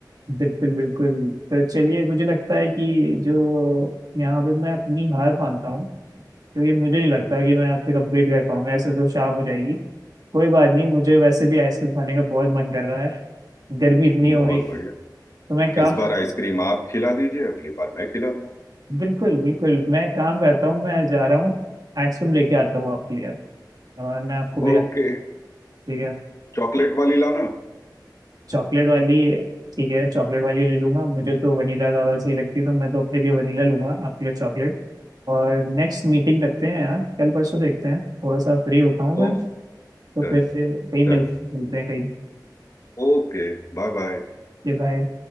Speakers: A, on the right; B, on the left.
A: बिल्कुल बिल्कुल तो चलिए मुझे लगता है कि जो यहाँ पे मैं अपनी हार मानता हूँ क्योंकि मुझे नहीं लगता कि मैं आपसे कंप्लीट कर पाऊंगा ऐसे तो शाम हो जाएगी कोई बात नहीं मुझे वैसे भी आइसक्रीम खाने का बहुत मन कर रहा है गर्मी इतनी हो
B: बहुत
A: रही तो
B: बढ़िया
A: मैं काम
B: इस बार आइसक्रीम आप खिला दीजिए अगली बार मैं खिला दूंगा
A: बिल्कुल बिल्कुल मैं काम करता हूँ मैं जा रहा हूँ आइसक्रीम लेके आता हूँ आपके लिए और मैं आपको भेजा
B: ओके
A: ठीक है
B: चॉकलेट वाली लाना
A: चॉकलेट वाली ठीक है चॉकलेट वाली ले लूंगा मुझे तो वनीला ज़्यादा सही लगती है तो मैं तो अपने लिए वनीला लूंगा आपके लिए चॉकलेट और नेक्स्ट मीटिंग रखते हैं यार कल परसों देखते हैं थोड़ा सा फ्री होता हूँ मैं
B: Oh
A: तो
B: done
A: फिर से कहीं मिल
B: done
A: मिलते हैं कहीं
B: Okay Bye bye
A: बाय